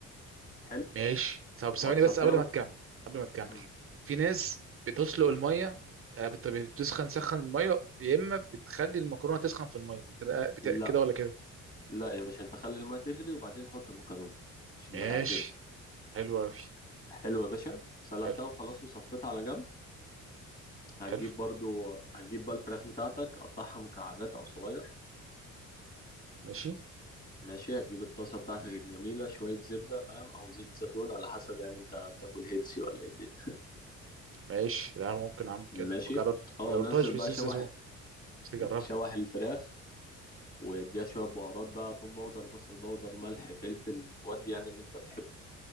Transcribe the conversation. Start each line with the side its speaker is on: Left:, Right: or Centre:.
Left: حلو
Right: ماشي طب
Left: وهتصفيها
Right: ثواني بس قبل
Left: وتخ...
Right: ما تكمل قبل ما تكمل
Left: مم.
Right: في ناس بتسلق الميه آه، بت- بتسخن سخن الميه يا اما بتخلي المكرونه تسخن في الميه انت بقى بت...
Left: لا
Right: كده ولا كده
Left: لا يا باشا انت خلي الماء تغلي وبعدين حط المكرونه عشان
Right: ماشي
Left: ما تعجنش
Right: حلو قوي
Left: حلو يا باشا سلقتها
Right: حلو
Left: وخلاص وصفيتها على جنب هتجيب
Right: حلو
Left: برضو هتجيب بقى الفراخ بتاعتك قطعها مكعبات او صغير
Right: ماشي
Left: ماشي هتجيب الطاسه بتاعتك الجميله شويه زبده فاهم او زيت زيتون على حسب يعني انت بتاكل هيلسي ولا ايه الدنيا
Right: ماشي لا ممكن
Left: <laughs>
Right: اعمل كده
Left: ماشي
Right: ما جرب
Left: اه
Right: ما جربتهاش
Left: نزل
Right: في الزيت
Left: بقى شوح
Right: زيتون بس تجربها
Left: شوح الفراخ واديها شويه بهارات بقى توم باودر بصل باودر ملح فلفل ودي يعني اللي انت بتحبه